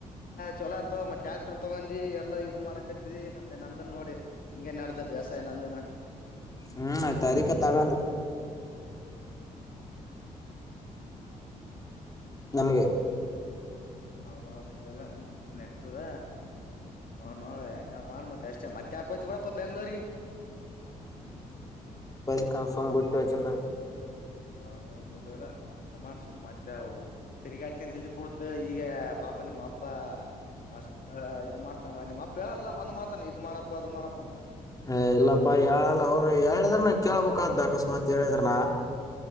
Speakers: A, on the left (about 50°); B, on the left (about 20°).
A: ಚಲೋ ಆತ್ತ ಮತ್ತೆ ಟ್ಯಾಕ್ಟರ್ ತಗೊಂಡಿ ಎಲ್ಲಾ ಇದ್ ಮಾಡಕತ್ತಿದಿ ಮತ್ತೆ ನಂದನ್ ನೋಡಿ ಹಿಂಗಗೆ ನಡ್ದಭ್ಯಾಸಾಯ ನಂದನ
B: ಹ್ಮ್ ತಾರೀಕೆ ತಗ ನನಗೆ
A: ಹೌದೌದು ಎಲ್ಲೆಲ್ಲ ನಡತ ನಡತದ ನ ನೋಡ ಯ ಹಂಗ ಮಾಡ್ ಮತ್ತ ಅಷ್ಟೇ ಮತ್ತೆ ಯಾಕ್ ಹೋಗ್ತೀ ಬಿಡಪ್ಪ ಬೆಂಗ್ಳೂರ್ರಿಗೆ
B: ಕ ಸಮಂಬರ್ಟ್ಟು ಚಕ್ಕ
A: ಹೌದೌ ಇಲ್ಲ ಅಷ್ಟು ಮಾಡಸುಮ್ ಮತ್ತೆ ಅವು ತಿರುಗಾಳಿಕೆ ಅಂತ ಹೇಳಿ ಕಡ ಈಗ ಪಾಪ ನಿಮ್ಮ ಅಪ್ಪ ಅಪ್ಪ ಅಷ್ಟ ಇದ್ ಮಾಡ್ತಾನ ನಿಮ್ಮ ಅಪ್ಪ ಹೇಳಲ್ಲ ಒಂದ್ ಮಾತಾನ ಇದ್ ಮಾಡಪ್ಪ ಅದ್ ಮಾಡಪ್ಪ ಅಂತ
B: ಹ ಇಲ್ಲಪ್ಪಾ ಯಾವಲ್ಲ ಅವ್ರ ಯ ಹೇಳಿದ್ರನ ಕೇಳಬೇಕಾಗುತ್ತೆ ಅಕಸ್ಮಾತ್ ಹೇಳಿದ್ರನಾ